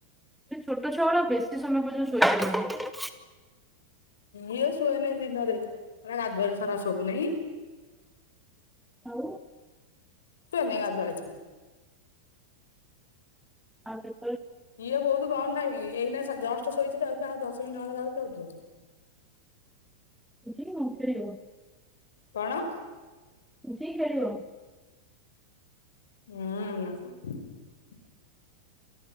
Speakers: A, in the centre; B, on the left.
A: ଛୋଟ ଛୁଆଡ ବେଶୀ ସମୟ ପର୍ଯ୍ୟନ୍ତ ଶୋଇପ
B: ୟସୁ ଏନାଇ ଦିନରେ ଏରା ରାଧୁରେ ସାରା ସବୁନେହିଁ।
A: ହୋଉ।
B: ଶୁ ନହି ଗଧ ଭଡଛ
A: ଆ <inaudible>
B: ଇଏ ବହୁତ କମ ଟାଇମ ଏଇନା ଜଷ୍ଟ ଶୋଇଛି ତାକୁ ଆଉ ଦଶମିନିଟଣ ଯା ଯଉଠିଉ
A: ଯ ମୁଁ ଫରେ ହ <inaudible>
B: କଣ?
A: ଯ ଖୁ <inaudible>
B: ହୁଁ।